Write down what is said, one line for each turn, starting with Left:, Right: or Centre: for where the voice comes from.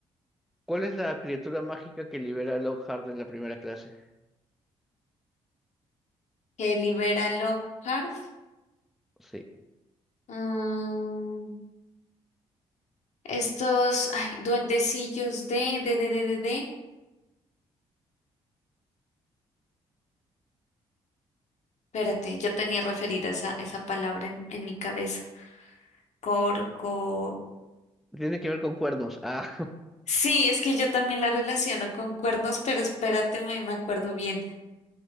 Centre: ¿Cuál es la criatura mágica que libera a Lockhart en la primera clase?
Left: Que libera Lockhart.
Centre: Sí.
Left: Mm, estos, ay, duendecillos de, de, de, de, de, de. Espérate, yo tenía referida esa esa palabra en en mi cabeza. Corco.
Centre: Tiene que ver con cuernos. Ah,
Left: Sí, es que yo también la relaciono con cuernos, pero espérate, me, me acuerdo bien,